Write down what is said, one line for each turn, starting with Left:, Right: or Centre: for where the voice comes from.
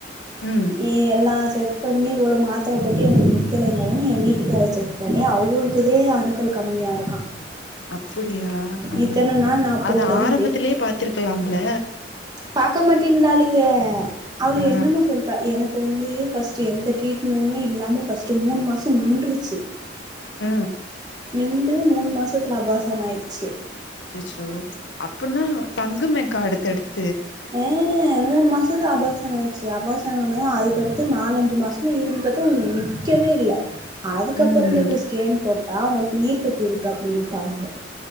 Left: ம்
Right: ஏ என்னாச்சி பண்ணி இவ்ளோ மாத்தர போட்டு எனக்கு நிக்கலங்கவு ஏ வீட்டுக்கார செக் பண்ணி அவுங்களுக்குதே அணுக்கள் கம்மி யா இருக்கா
Left: அப்டியா ஆ
Right: இத்தன நாள் நா போட்டது
Left: அத ஆரம்பத்லயே பாத்துருக்கலாம்ல்ல
Right: பாக்கமாட்டேன்டாளுக அவளுக
Left: ஆ
Right: என்னமோ சொல்றா எனக்கு வந்து ஃபர்ஸ்ட் எந்த ட்ரீட்மெண்ட்டுமே இல்லாம ஃபர்ஸ்ட் மூணு மாசோ நின்ருச்சி
Left: ஆ
Right: நிண்டு மூணு மாசத்துல அபாசன் ஆயிருச்சி
Left: அச்சச்சோ அப்டின்னா தங்குமேக்கா அடுத்தடுத்
Right: ஆ மூணு மாசோ நின்னு அபாசன் ஆயிடுச்சி அபாசன் ஆனது அதுக்கடுத்து நாலஞ்சி மாசமா இருந்து பாத்தே நிக்கவே இல்ல அதுக்கப்பறோ
Left: ம்
Right: தா போய் ஸ்கேன் போட்டா ஒங்களுக்கு நீர் கட்டி இருக்கு அப்டின் றாலுக